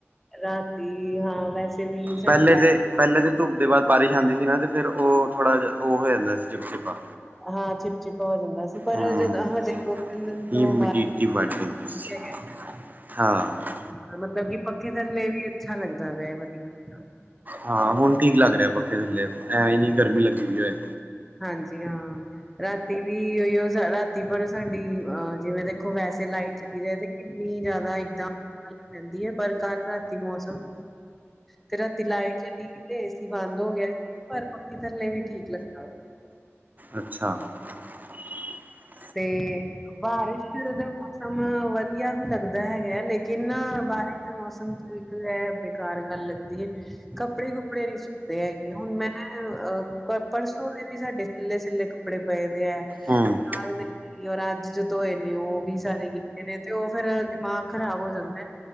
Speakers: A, in the centre; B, on the right.
A: ਰਾਤੀ ਹਾਂ ਵੈਸੇ ਵੀ ਸਾਡੀ
B: ਪਹਿਲੇ
A: ਲਾਈਟ
B: ਦੇ ਪਹਿਲੇ ਦੇ ਧੁਪ ਦੇ ਬਾਅਦ ਬਾਰਿਸ਼ ਆਂਦੀ ਸੀ ਨਾ ਤੇ ਫਿਰ ਉਹ ਥੋੜਾ ਜਾ ਉਹ ਹੋ ਜਾਂਦਾ ਚਿਪ ਚਿਪਾ।
A: ਹਾਂ ਚਿਪ ਚਿਪਾ ਹੋ ਜਾਂਦਾ ਸੀ। ਪਰ
B: ਹਮ
A: ਜਦ ਹਜੇ ਦੋ ਤਿੰਨ ਦਿਨ ਤੋਂ
B: ਹਿਮਿਡਿਟੀ
A: <unintelligible>
B: ਵੱਧ ਜਾਂਦੀ ਸੀ ਹਾਂ
A: ਮਤਲਬ ਕਿ ਪੱਖੇ ਥੱਲੇ ਵੀ ਅੱਛਾ ਲੱਗਦਾ ਪਯਾ ਵਧੀਆ।
B: ਹਾਂ ਹੁਣ ਠੀਕ ਲੱਗ ਰਿਹਾ ਪੱਖੇ ਥੱਲੇ ਐਵੇਂ ਨੀ ਗਰਮੀ ਲੱਗਦੀ ਪੀ ਅੱਜ।
A: ਹਾਂਜੀ ਹਾਂ, ਰਾਤੀ ਵੀ ਕਈਂ ਵਾਰੀ ਉਹ ਰਾਤੀ ਭਰ ਸਾਡੀ ਅਹ ਜਿਵੇਂ ਦੇਖੋ ਵੈਸੇ ਲਾਈਟ ਚਲੀ ਜਾਏ ਤੇ ਕਿੰਨੀ ਜ਼ਿਆਦਾ ਇੱਕਦਮ ਜਾਂਦੀ ਹੈ। ਪਰ ਕੱਲ੍ਹ ਰਾਤੀ ਮੌਸਮ ਤੇ ਰਾਤੀ ਲਾਈਟ ਚਲੀ ਗਈ ਤੇ ਏਸੀ ਬੰਦ ਹੋ ਗਿਆ ਸੀ ਤੇ ਪਰ ਪੱਖੇ ਥੱਲੇ ਵੀ ਠੀਕ ਲੱਗਾ ਵਾ
B: ਅੱਛਾ। <unintelligible>
A: ਤੇ ਬਾਰਿਸ਼ ਦਾ ਮੌਸਮ ਵਧੀਆ ਵੀ ਲੱਗਦਾ ਹੈਗਾ, ਲੇਕਿਨ ਬਾਰਿਸ਼ ਦੇ ਮੌਸਮ ਚ ਇਹ ਬੇਕਾਰ ਗੱਲ ਲੱਗਦੀ ਏ ਕੱਪੜੇ ਕੁਪੜੇ ਨੀ ਸੁਕ ਤੇ ਹੈਗੇ ਹੁਣ ਮੈਂ ਅਹ ਪਰਸੋਂ <unintelligible> ਵੀ ਸਾਡੇ ਸਿੱਲੇ ਸਿੱਲੇ ਕੱਪੜੇ ਪਏ ਦੇ ਹੈ ਨਾਲ
B: ਹਮ
A: ਦੇ ਔਰ ਅੱਜ ਜੋ ਧੋਏ ਨੇ ਉਹ ਵੀ ਸਾਰੇ ਕੀਤੇ ਨੇ ਤੇ ਉਹ ਫੇਰ ਦਿਮਾਗ ਖ਼ਰਾਬ ਹੋ ਜਾਂਦਾ।